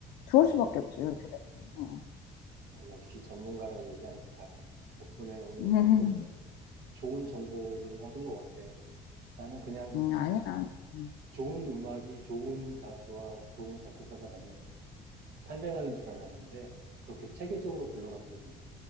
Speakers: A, on the left; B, on the right.
A: 좋을
B: 음,
A: 수밖에 없지, 그렇게 되면. 어.
B: 어, 역시 전문가라 얘기하는 게 다르네. 덕분에 오늘
A: <laughs>
B: 정말 좋은 정보를 얻은 것 같아. 나는 그냥
A: 음, 아니야. 음,
B: 좋은 음악이 좋은 가수와 좋은 작곡가가 만나는, 탄생하는 줄 알았는데, 그렇게 체계적으로 굴러가는 걸 몰랐어.